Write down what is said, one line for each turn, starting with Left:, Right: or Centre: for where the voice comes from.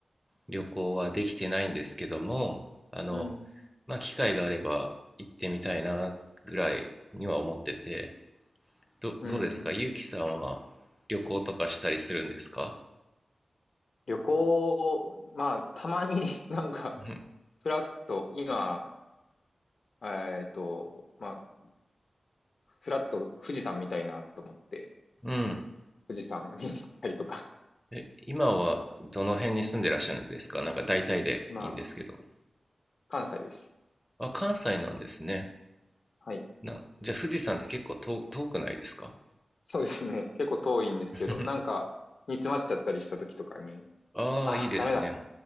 Centre: 旅行はできてないんですけども、あの、
Left: うん。
Centre: まあ、機会があれば行ってみたいな、ぐらいには思ってて、ど、
Left: うん。
Centre: どうですかゆうきさんは旅行とかしたりするんですか
Left: 旅行、まあ、たまに <laughs> なんか、
Centre: うん。
Left: フラッと、今、えっと、まあ、フラッと富士山見たいなと思って、
Centre: うん
Left: 富士山見に行ったりとか。
Centre: え、今はどの辺に住んでらっしゃるんですかなんか大体でいいんですけど。
Left: <laughs> まあ、関西です。
Centre: あ、関西なんですね。
Left: はい。
Centre: な、じゃあ富士山って結構遠、遠くないですか
Left: そうですね。結構遠いんですけど、
Centre: <laughs>
Left: なんか、煮詰まっちゃったりした時とかに、
Centre: ああ、
Left: ああ、
Centre: いいですね。
Left: ダメだ。